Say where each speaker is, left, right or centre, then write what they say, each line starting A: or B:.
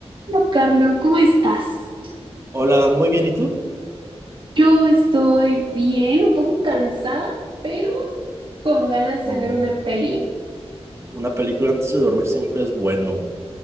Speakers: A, on the right; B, on the right.
A: Hola, Carlos, ¿cómo estás?
B: Hola, muy bien, ¿y tú?
A: Yo estoy bien, un poco cansada, pero con ganas de
B: O
A: ver una peli.
B: una película antes de dormir siempre es bueno.